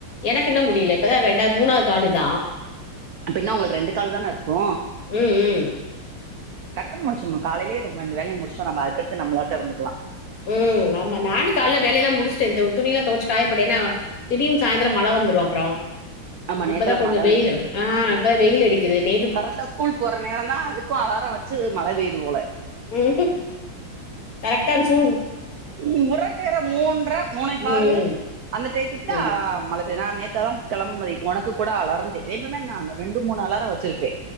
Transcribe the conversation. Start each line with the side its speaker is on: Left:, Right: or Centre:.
Left: எனக்கு இன்னு முடில இப்பதா ரெண்டாது மூணாது கால் இதா
Right: அப்ப இன்னு உங்ளுக்கு ரெண்டு கால் தான இருக்கு
Left: ம் ம்
Right: டக்குன் முடுச்சுர்னு காலைலே இந்த அந்த வேலைய முடுச்டா நம்ம அதுக்கடுத்து நம்ளாட்ட இருந்துக்கலா
Left: ம் ஆமா நானு கால்ல வேலைலா முடுச்ட்டே தொ துணில்லா தொவச்சு காயப்போட்டெ என்னா திடீன் சாய்ந்தரொ மழ வந்துரு அப்றோ
Right: ஆமா
Left: இப்பதா
Right: நேத்துல
Left: கொஞ்ச
Right: மழ
Left: வெயிலு ஆ இப்பதா வெயில் அடிக்குது நே
Right: கரெட்டா ஸ்கூல் போற நேரந்தா அதுக்கு அலார வச்சு மழ பெய்து போல
Left: ம் கரெக்டா சூ
Right: ம் உட்ற டைட மூன்ற மூனே காலு
Left: ம்
Right: அந்த டைத்துக்தா
Left: ஆமா
Right: அ மழ பே நா நேத் அதா கெளம்புமதி ஒனக்கு கூட அலாரந்தே எப்பமே நாங்க ரெண்டு மூணு அலார வச்சுரு ப்பே